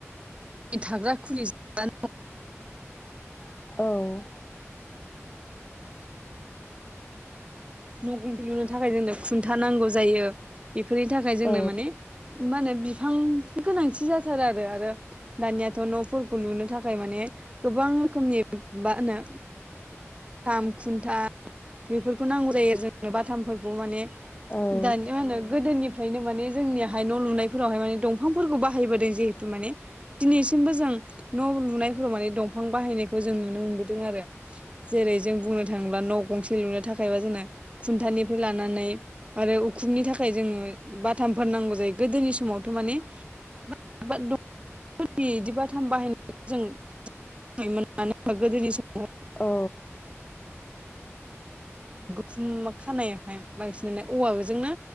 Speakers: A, on the right; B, on the left.
A: थाग्रा खुलि <unintelligible>
B: औ
A: न' गुं लुनो थाखाय जोंनो खुन्था नांगौ जायो बेफोरनि थाखाय जोंनो
B: औ
A: माने मा होनो बिफां गोनांथि जाथारो आरो। आरो दानियाथ' न'फोरखौ लुनो थाखाय माने गोबां रोखोमनि मा होनो थाम खुन्था बेफोरखौ नांगौ जायो जोंनो बाथामफोरखौ माने
B: जागोन
A: दानिया मा होनो गोदोनिफ्रायनो माने जोंनियााहाय न' लुनायफोरावहाय माने दंफांफोरखौ बाहायबोदों जिहेतु माने दिनैसिमबो जों न' लुनायफोराव माने दंफां बाहायनायखौ जों नुनो मोनबोदों आरो। जेरै जों बुंनो थाङोब्ला न' गंसे लुनो थाखायबा जोंना खुन्थानिफ्राय लानानै आरो उखुमनि थाखाय जोङो बाथामफोर नांगौ जायो गोदोनि समावथ' माने <unintelligible> <unintelligible> बिदि बाथाम बाहायनायखौ जों मानो होनबा गोदोनि समावहाय
B: औ।
A: गुखुम खानायावहाय बांसिन औवाजोंनो